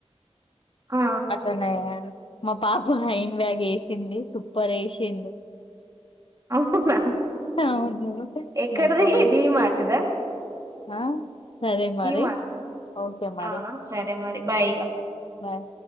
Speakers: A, on the right; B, on the left.
A: ఆ
B: అట్లానే మా పాప హైన్ బ్యాగ్ వేసింది సూపర్ వేసింది
A: అవునా
B: అవును
A: ఎక్కడది
B: మెల్లగా
A: ఇది మాటదా
B: ఆ సరే మరి
A: మార్ట్
B: ఓకే మరి
A: ఆ సరే మరి బాయ్ ఇగ
B: బాయ్